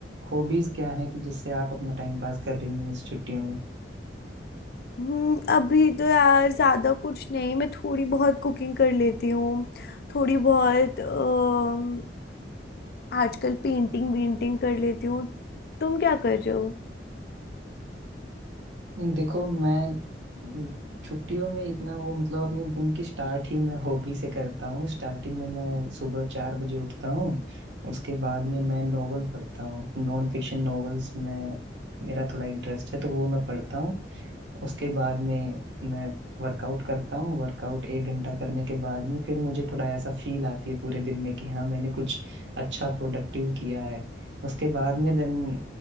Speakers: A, on the right (about 85°); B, on the left (about 60°).
A: हॉबीज क्या है कि जिससे आप अपना टाइम पास कर रही हैं इस छुट्टियों में
B: हम्म, अभी तो यार ज्यादा कुछ नहीं मैं थोड़ी बहुत कुकिंग कर लेती हूँ थोड़ी बहुत अम, आजकल पेंटिंग वेंटिंग कर लेती हूँ तुम क्या कर रहे हो
A: देखो मैं म, छुट्टियों में इतना वो मतलब अपने दिन की स्टार्ट ही मैं हॉबी से करता हूँ स्टार्टिंग में मैं सुबह चार बजे उठता हूँ उसके बाद में मैं नोवेल पढ़ता हूँ नॉन फिक्शन नॉवेल्स में मेरा थोड़ा इंटरेस्ट है तो वो मैं पढ़ता हूँ उसके बाद में मैं वर्कआउट करता हूँ वर्कआउट एक घंटा करने के बाद में फिर मुझे थोड़ा ऐसा फील आती है पूरे दिन में कि हाँ मैंने कुछ अच्छा प्रोडक्टिव किया है उसके बाद में देन